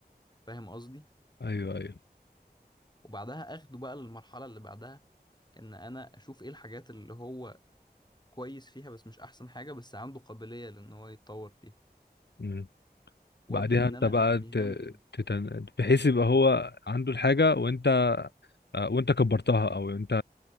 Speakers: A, on the left; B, on the left.
A: فاهم قصدي
B: ايوه ايوه
A: وبعدها اخده بقى للمرحلة اللي بعدها ان انا اشوف ايه الحاجات اللي هو كويس فيها بس مش احسن حاجة بس عنده قابلية لان هو يتطور فيها
B: امم
A: وابدا
B: بعديها
A: ان
B: انت
A: انا
B: بقى
A: انميها
B: ت...
A: له جدا
B: تتن... بحيث يبقى هو عنده الحاجة وانت آه، وانت كبرتها او انت